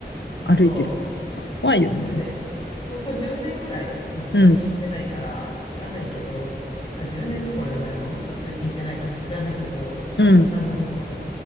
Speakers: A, on the left; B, on the left.
A: 歩いてるからさ、
B: そ
A: 怖いよね。
B: う。でもね、ここ10年ぐらいもう通勤してないから知らないけど、
A: うん、
B: あ、10年どころじゃないわ。もっと通勤してないから知らないけど、
A: うん、
B: あの、